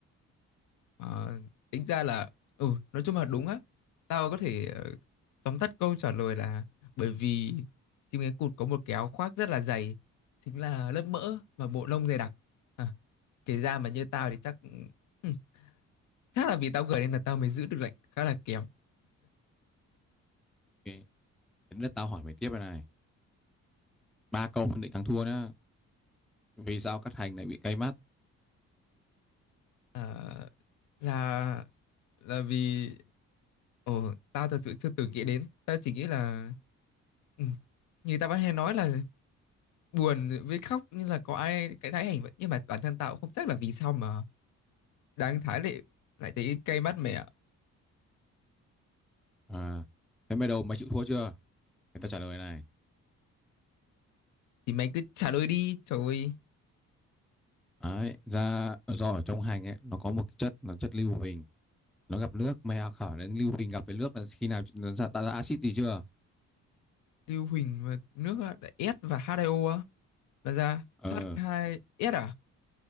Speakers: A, on the left; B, in the centre.
A: Mà tính ra là ừ, nói chung là đúng á. Tao có thể ờ, tóm tắt câu trả lời là bởi vì chim cánh cụt có một cái áo khoác rất là dày, chính là lớp mỡ và bộ lông dày đặc. À, kể ra mà như tao thì chắc ừ, chắc là vì tao gửi nên là tao mới giữ được lệnh khá là kém
B: Ok, đến lượt tao hỏi mày tiếp này này. Ba câu phân định thắng thua nhá. Vì sao cắt hành lại bị cay mắt?
A: Ờ, là là vì ồ tao thật sự chưa từng nghĩ đến tao chỉ nghĩ là ừ, như tao vẫn hay nói là buồn với khóc nhưng là có ai cái thái hành vậy nhưng mà bản thân tao cũng không chắc là vì sao mà đang thái lại lại thấy cay mắt mày ạ
B: À, thế mày đầu mày chịu thua chưa? người ta trả lời này
A: thì mày cứ trả lời đi trời ơi
B: đấy ra do ở trong hành ấy nó có một cái chất nó chất lưu huỳnh nó gặp nước mày à, khở đến lưu huỳnh gặp với nước là khi nào nó ra, tạo ra axit gì chưa
A: Lưu Huỳnh và nước á, là S và H2O á là ra
B: ờ
A: H2S à